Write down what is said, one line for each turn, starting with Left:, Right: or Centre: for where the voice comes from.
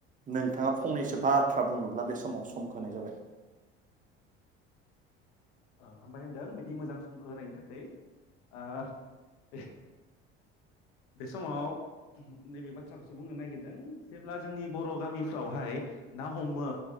Right: नोंथाङा फंनैसो बाथ्रा बुंनोब्ला बे समाव सम होनाय जाबाय
Left: औ हामबाय होनदों बिदि मोजां समखौ होनायनि थाखाय ओ बे समाव नैबे बाथ्राखौ जों बुंनो नागिरदों जेब्ला जोंनि बर' गामिफ्रावहाय ना हमो